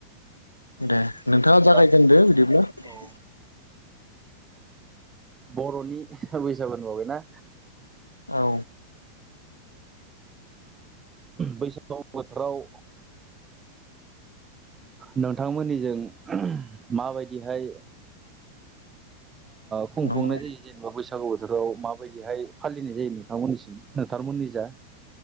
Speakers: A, on the left (about 80°); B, on the right (about 20°).
A: दे नोंथाङा जागायजेनदो
B: दा
A: बिदिब्ला
B: औ
A: दे
B: बर'नि बैसागु <unintelligible> ना
A: औ
B: बैसागु बोथोराव नोंथांमोननिजों माबायदिहाय खुंफुंनाय
A: नंगौ
B: जायो जेनेबा बैसागु बोथोराव माबायदिहाय फालिनाय जायो नोंथांमोननिसिम नोंथांमोननि जा